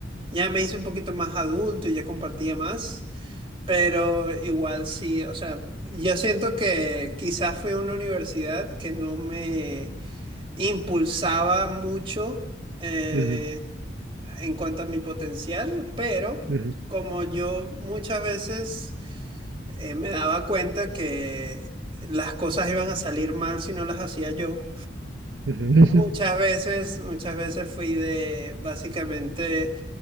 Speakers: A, on the right; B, on the right.
A: ya me hice un poquito más adulto y ya compartía más. Pero igual sí, o sea, yo siento que quizás fue una universidad que no me impulsaba mucho eh,
B: ujú,
A: en cuanto a mi potencial, pero
B: ujú,
A: como yo muchas veces eh, me daba cuenta que las cosas iban a salir mal si no las hacía yo,
B: ujú. <laughs>
A: muchas veces, muchas veces fui de básicamente